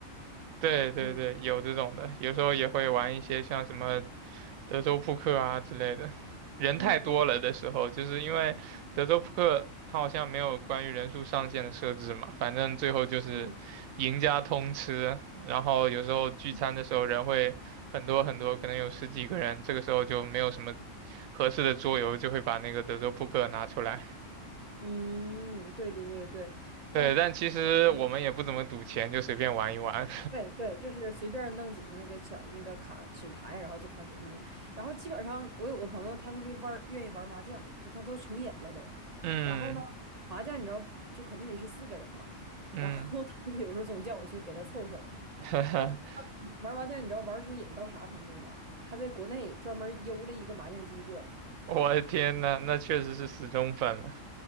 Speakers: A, on the right; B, on the right.
A: 对对对，
B: 嗯
A: 有这种的，有时候也会玩一些像什么德州扑克啊之类的。人太多了的时候，
B: 嗯嗯
A: 就是因为德州扑克它好像没有关于人数上限的设置嘛，反正最后就是赢家通吃。
B: 嗯
A: 然后有时候聚餐的时候人会很多很多，
B: 嗯，
A: 可能有十几个人，这个时候就没有什么合适的桌游，就会把那个德州扑克拿出来。
B: 嗯，对对对对，
A: 对，
B: 哎，
A: 但其实我们也不怎么赌钱，
B: 什么
A: 就随便玩一玩。
B: 对对，就是随便弄几个那个小的那个卡纸牌，然后就开始弄。然后基本上我有个朋友，他特别玩儿，愿意玩麻将，就他都成瘾了都。
A: <laughs> 嗯
B: 然后呢，麻将你知道就肯定得是四个人嘛，
A: 嗯。
B: 然后他就有时候总叫我去给他凑手儿
A: <laughs>
B: 他他玩麻将，你知道玩出瘾到啥程度吗？他在国内专门邮了一个麻将机过来。
A: 我的天呐，那确实是死忠粉了。